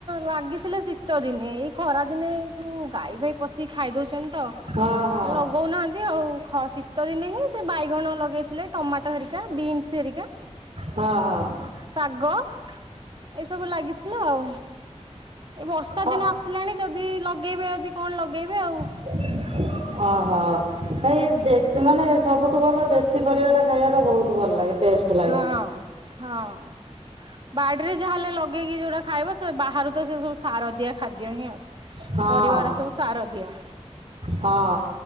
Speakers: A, on the right; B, on the right.
A: ଲାଗିଥିଲା ଶୀତ ଦିନେ ଏଇ ଖରା ଦିନେ ଯୋଉ ଗାଈ ଫାଈ ପଶିକି ଖାଇ ଦଉଛନ୍ତି ତ
B: ହଁ ହଁ
A: ଲଗଉନାହାନ୍ତି ଆଉ ଖ ଶୀତ ଦିନେ ହିଁ ସେ ବାଇଗଣ ଲଗେଇ ଥିଲେ ଟମାଟୋ ହେରିକା ବିନ୍ସ ହେରିକା
B: ହଁ ହଁ
A: ଶାଗ ଏ ସବୁ ଲାଗିଥିଲା ଆଉ। ଏ ବର୍ଷା
B: ହଁ।
A: ଦିନ ଆସିଲାଣି ଯଦି ଲଗେଇବେ ଯଦି କଣ ଲଗେଇବେ ଆଉ।
B: । ଓହୋ ଏ ଦେଶୀ ମାନେ ସବୁଠୁ ଭଲ ଦେଶୀ ପରିବାଟା ଖାଇବାଟା ବହୁତ ଭଲ ଲାଗେ ଟେଷ୍ଟ। ଲାଗେ
A: ହଁ ହଁ ବାଡିରେ ଯାହାଲେ ଲଗ। ଗେଇକି ଯୋଉଟା ଖାଇବ ସେ ବାହାରୁ ତ ସେ ସବୁ ସାର ଦିଆ ଖାଦ୍ୟ ହିଁ ଆସେ।
B: ହଁ
A: ପରିବାଗୁରା ସବୁ ସାର ଦିଆ।
B: ହଁ।